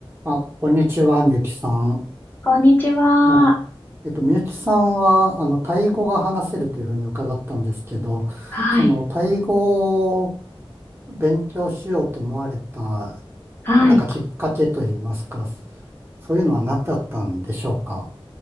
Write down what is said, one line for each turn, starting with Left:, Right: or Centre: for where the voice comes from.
Right: あ、こんにちは、みゆきさん。
Left: こんにちは。
Right: まあ、えっと、みゆきさんは、あの、タイ語が話せるというふうに伺ったんですけど、
Left: はい。
Right: その、タイ語を勉強しようと思われた、
Left: はい。
Right: なんかきっかけといいますか、そういうのは何だったんでしょうか。